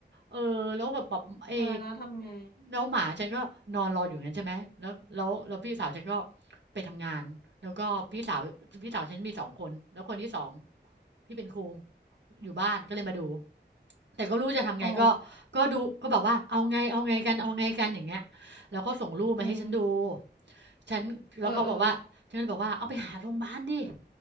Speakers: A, on the right (about 75°); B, on the left (about 60°).
A: เออแล้วกบบแบบไอ้
B: ตายแล้วทำไง
A: แล้วหมาฉันก็นอนรออยู่อย่างนั้นใช่ไหมแล้วแล้วแล้วพี่สาวฉันก็ไปทำงานแล้วก็พี่สาวพี่สาวฉันมีสองคนแล้วคนที่สองที่เป็นครูอยู่บ้านก็เลยมาดู แต่ก็ไม่รู้จะทำไงก็ก็ดูก็แบบว่าเอาไงเอาไงกันเอาไงกันอย่างเงี้ย
B: อ๋อ
A: แล้วเขาส่งรูปมาให้ฉันดู
B: เออ
A: ฉันแล้วเขาบอกว่าฉันก็เลยบอกว่าเอาไปหาโรงพยาบาลดิ
B: เออเออ